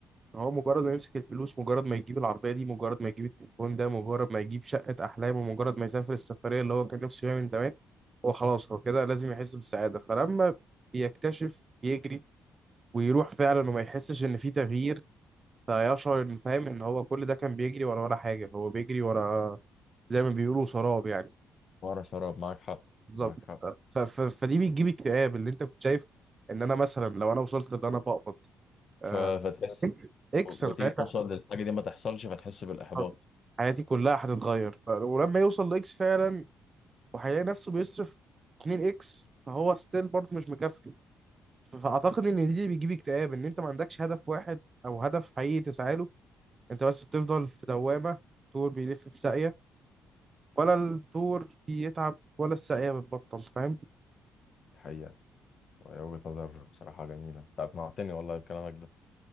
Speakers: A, on the right; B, on the left.
A: ان هو مجرد ما يمسك الفلوس مجرد ما يجيب العربيه دي مجرد ما يجيب التليفون ده مجرد ما يجيب شقه احلامه مجرد ما يسافر السفريه اللي هو كان نفسه يعمل من زمان هو خلاص هو كده لازم يحس بالسعاده فلما بيكتشف يجري ويروح فعلا وما يحسش ان في تغيير فيشعر ان فاهم ان هو كل ده كان بيجري ورا ولا حاجه هو بيجري ورا زي ما بيقولوا سراب يعني
B: ورا سراب معاك حق
A: بالظبط
B: معاك حق
A: ف... ف... فدي بتجيب اكتئاب اللي انت كنت شايف ان انا مثلا لو انا وصلت ان انا بقبض آه،
B: ف... <laughs> فتحس
A: اكس
B: و-
A: انا
B: وتيجي
A: ساعتها
B: توصل للحاجه دي ما تحصلش فتحس بالاحباط
A: ه- حياتي كلها هتتغير ف- ولما يوصل لاكس فعلا وهيلاقي نفسه بيصرف 2 اكس فهو ستيل برضه مش مكفي ف- فاعتقد ان دي اللي بيجيب اكتئاب ان انت ما عندكش هدف واحد او هدف حقيقي تسعى له انت بس بتفضل في دوامه طول بيلف في ساقيه ولا الطور بيتعب ولا الساقيه بتبطل فاهم
B: الحقيقه وهي وجهه نظر بصراحه جميله انت اقنعتني والله بكلامك ده